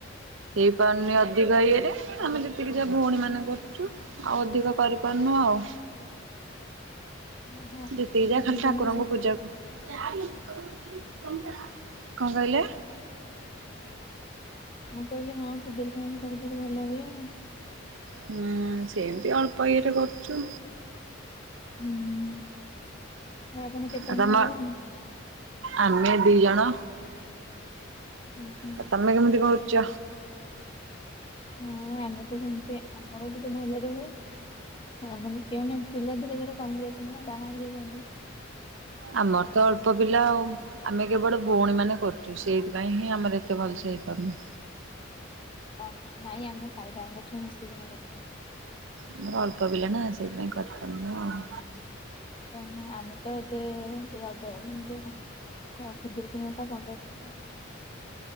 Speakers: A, on the right; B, on the left.
A: ହେଇପାରୁନି ଅଧିକ ଇଏରେ ଆମେ ଯେତିକି ଯାହା ଭଉଣୀ ମାନେ କରୁଛୁ ଆଉ ଅଧିକ କରିପାରୁନୁ ଆଉ
B: ଓହୋ
A: ଯେତିକି ଯା
B: ଖୁଦୁରୁକୁଣୀ
A: ଖାଲି ଠାକୁରଙ୍କ
B: ଓଷା
A: ପୂଜାକୁ କଣ କହିଲେ
B: ମୁଁ କହିଲି ହଁ ଖୁଦୁରୁକୁଣି ସବୁଠାରୁ ଭଲ ହୁଏ ଆଉ
A: ହୁଁ ସେମିତି ଅଳପ ଏଇରେ କରଚୁ
B: ହୁଁ ଆଉ ଆପଣ କେତେ
A: ଆଉ
B: ଜଣ
A: ତମ
B: ଭାଇଭଉଣୀ।
A: ଆମେ ଦି ଜଣ।
B: ହୁଁ ହୁଁଁ।
A: ଆଉ ତମେ କେମିତି କରୁଛ।
B: ହଁ ଆମେ ତ ସେମତି ଆମର ଟିକେ ଭଲରେ ହଉ। ହଁ ମାନୋନ ପିଲା ଧୀରେ ଧୀରେ କମି ଯାଉଛନ୍ତି ନା ବାହାରି ଯାଇଛନ୍ତି।
A: ଆମର ତ ଅଳ୍ପ ପିଲା ଆଉ। ଆମେ କେବଳ ଭଉଣୀମାନୋନ କରୁଛୁ ସେଇଥିପାଇଁ ହିଁ ଆମର ଏତେ ଭଲସେ ହେଇପାରୁନି।
B: ଓହୋ ନାଇଁ ଆମର ସାଇଟା ଆମ ଅଛୁ ମିଶିକିନା କରୁଛୁ।
A: ଆମର ଅଳ୍ପ ପିଲା ନା ସେଇଥିପାଇଁ କରିପାରୁିନୁ ଆଉ।
B: ଓଁ ଆମେ ତ ଏବେଗ <inaudible> ଖୁଦିରୁକୁଣୀ ଓଷା।